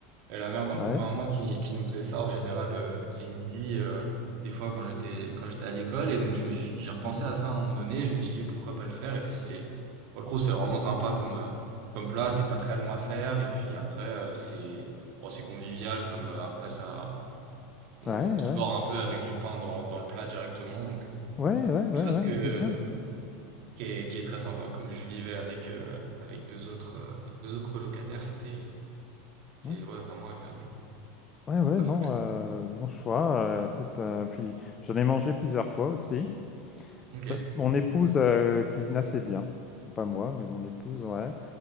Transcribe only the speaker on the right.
Euh, la mère d'un
copain à moi qui, qui nous faisait ça en général euh, les midis, euh, des fois quand j'étais quand j'étais à l'école. Et donc je me suis- j'ai repensé
à ça à un moment donné. et je me suis dit pourquoi pas le faire. Et puis c'est pour le coup c'est vraiment sympa comme euh, comme plat. C'est pas très long à faire. Et puis après euh, c'est bon, c'est convivial comme euh, après ça on
picore
un peu avec du pain dans, dans le plat directement. Donc euh, quelque
chose
que euh,
qui est, qui est très sympa. Comme je vivais avec euh, avec deux autres euh, deux autres colocataires, c'était c'était
ouais vraiment agréable
à
faire.
Ok.